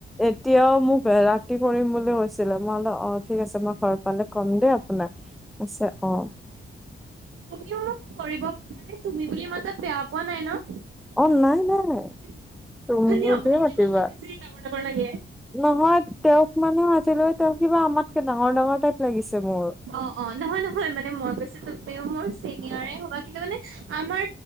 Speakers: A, in the centre; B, on the right.
A: এতিয়াও মোক ৰাতি কৰিম বুলি কৈছ ছিলে, মই লো অ, ঠিক আছে মই ঘৰ পালে কম দেই আপোনাক কৈছে অ।
B: তুমিও মোক কৰিব মানে, তুমি বুলি মাতাত বেয়া পোৱা নাই ন?
A: অ, নাই, নাই।
B: <unintelligible>
A: তুমি বুলিয়ে
B: আপুনি বুলি
A: মাতিবা
B: মাতিলে বেছ ডাঙৰ ডাঙৰ লাগে।
A: নহয় তেওঁক মানে আজিলৈ তেওঁ কিবা আমাতকে ডাঙৰ ডাঙৰ টাইপ লাগিছে। মোৰ
B: অ, অ, নহয়, নহয়, মানে মই কৈছোঁ তুমিও মোৰ চি নিঅ'ৰে হবা কিন্তু মানে, আমাৰ